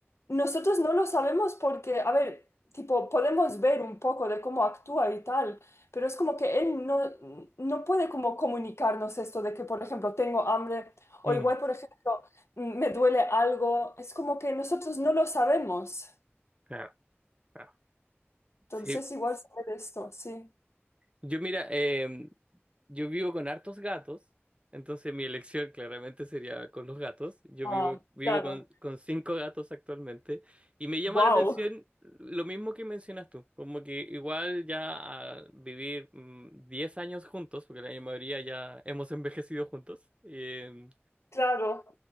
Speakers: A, on the left; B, on the right.
A: nosotros no lo sabemos porque, a ver, tipo, podemos ver un poco de cómo actúa y tal, pero es como que él no, no puede como comunicarnos esto de que, por ejemplo, tengo hambre o
B: Mm,
A: igual, por ejemplo, me duele algo. Es como que nosotros no lo sabemos.
B: claro, claro.
A: Entonces
B: Sí.
A: igual saber esto, sí.
B: Yo mira, em, yo vivo con hartos gatos, entonces mi elección claramente sería con los gatos. Yo
A: Ah,
B: vivo, vivo
A: claro.
B: con, con cinco gatos actualmente y me llama
A: Wow,
B: la atención lo mismo que mencionas tú, como que igual ya al vivir mm, 10 años juntos, porque la mayoría ya hemos envejecido juntos, em,
A: claro.